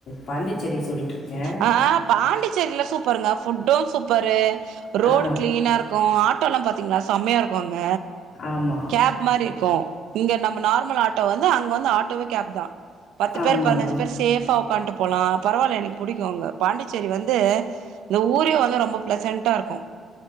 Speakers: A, on the left; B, on the right.
A: பாண்டிச்சேரி சொல்லிட்டுருக்கேன்.
B: ஆ பாண்டிச்சேரில சூப்பருங்க ஃபுட்டு சூப்பரு ரோடு
A: ஆ,
B: கிளீனாருக்கு ஆட்டோலா பாத்திங்ளா செமயாருக்கு அங்க
A: ஆமா.
B: கேப் மாரிக்கு இங்க நம்ம நார்மல் ஆட்டோ வந்து அங்க வந்து ஆட்டோவே கேப் தா பத்து
A: ஆமாங்க.
B: பேர் பதினஞ்சு பேர் சேஃபா ஒக்கான்ட்டு போலா பரவால்ல எனக் புடிக்கு அங்க பாண்டிச்சேரி வந்து இங்க ஊரே வந்து ரொம்ப பிளசன்ட்டாருக்கு